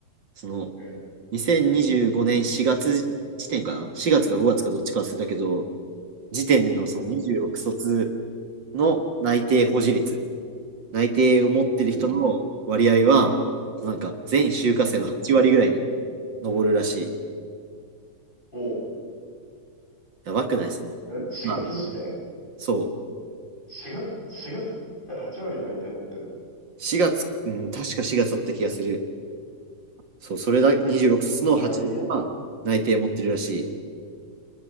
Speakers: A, on the right (about 45°); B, on the left (about 15°).
A: その
B: うん、
A: 2025年4月時点かな ?4 月か5月かどっちか忘れたけど、時点でのその26卒
B: うん、
A: の内定保持率、内定を持ってる人の割合は、
B: うん、
A: なんか全就活生の8割ぐらいに
B: うん。
A: 上るらしい。
B: お
A: やばくないその。
B: え ?4
A: まあ、
B: 月時点
A: そう。
B: ?4 月、4月って8割内定持ってんの
A: 4月、うん、確か4月だった気がする。そう、それだ、26卒の8は内定持ってるらしい。
B: あ、いや、